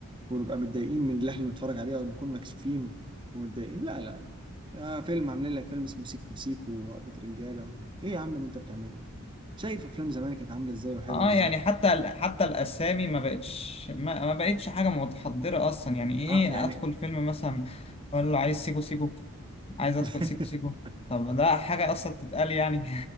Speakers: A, on the right; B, on the left.
A: ونبقى متضايقين من اللي احنا بنتفرج عليه او نكون مكسوفين ومتضايقين لا لا لا آه فيلم عاملين لك فيلم اسمه سيكو سيكو ووقفة رجاله ومش عارف- ايه يا عم اللي انت بتعمله ده شايف افلام زمان كانت عامله ازاي وحلوه
B: اه
A: ازاي
B: يعني حتى ال- حتى الاسامي ما بقتش ما, ما بقتش حاجه متحضره اصلا يعني ايه
A: اه يعني
B: ادخل فيلم مثلا اقول له عايز سيكو سيكو عايز ادخل
A: <laughs>
B: سيكو سيكو طب ده حاجه اصلا تتقال يعني